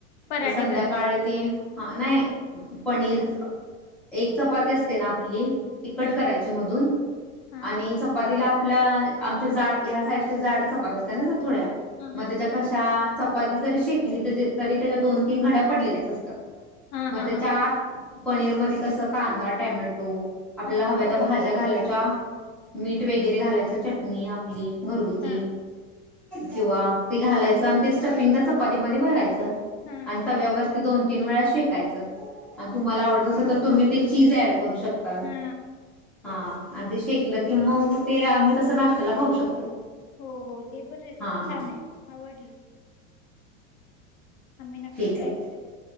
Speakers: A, on the left; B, in the centre.
A: पराठे
B: तर संध्याकाळी
A: करा
B: हा नाही. पनीरचं.
A: हा
B: एक चपाती असते ना आपली. ती कट
A: हा
B: करायची मधून
A: हा
B: आणि चपातीला आपल्या आमच्या जाड ह्या साईडचे जाड चपत असते ना जर थोड्या
A: हा हा
B: मग त्याच्या कशा उपाद जरी शेकली तरी त्याच्या दोन तीन घड्या पडलेल्याचतात. तर.
A: हा
B: म
A: हा
B: तेच्यात-
A: हा
B: पनीरमध्येध्ये कस कांदा, टॅमॅटो आपल्याला
A: हा
B: हव्या
A: रोल
B: त भाज्या
A: करून
B: घालायच्या. मीठ वगैरे घालायचं चटणी आपली घरगुती.
A: हा
B: किंवा ते घालायचं आणि ते स्टपपिंग त्या चपातीमध्ये भरायचं.
A: हा
B: अं तव्यावर दोन- - तीन वेळा शेकायचं. आणि तुम्हाला आवडत असेल तर तुम्ही ते- - चीजॲड- - करू शकता
A: हा
B: हा. आधी शेकलं की मग ते आम्ही तसं नाशत्याला खऊ शकतो.
A: हो हो ते पण रेसिपी
B: हा हा
A: छान आहे आवडली. आम्ही नक्की
B: ठीक
A: ट्राय
B: आहे.
A: करेल